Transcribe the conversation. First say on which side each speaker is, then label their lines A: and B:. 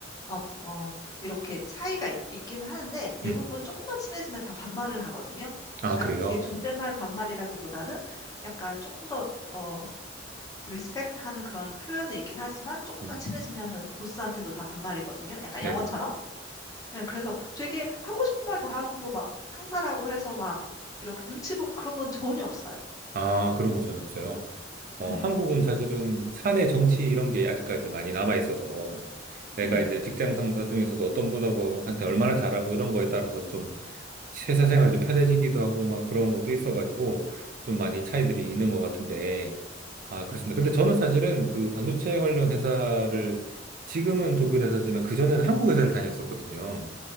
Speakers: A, on the left; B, on the right.
A: 어, 어, 이렇게 차이가 있, 있긴 하는데 대부분
B: 음.
A: 조금만 친해지면 다 반말을 하거든요.
B: 아,
A: 그러니까
B: 그래요?
A: 이게 존댓말
B: 어,
A: 반말이라기보다는 약간 조금 더 어, 리스펙트 하는 그런 표현이 있긴 하지만 조금만
B: 음.
A: 친해지면은 보스한테도 다 반말이거든요. 약간
B: 네네.
A: 영어처럼. 예, 그래서 되게 하고 싶은 말 다 하고 막 상사라고 해서 막 이렇게 눈치 보고 그런 건 전혀 없어요.
B: 아, 그런 거 전혀 없어요.
A: 네.
B: 어, 한국은 사실은 사내 정치 이런 게 아직까지 많이 남아 있어서 내가
A: 네.
B: 이제 직장 상사 중에서도 어떤 분하고 한테 얼마나 잘하고 이런 거에 따라서 좀 회사 생활이 좀 편해지기도 하고 막 그런 것도 있어가지고 좀 많이 차이들이 있는 것 같은데 아, 그렇습니다. 근데
A: 네.
B: 저는 사실은 그 반도체 관련 회사를 지금은 독일 회사지만 그전에는 한국 회사를 다녔었거든요.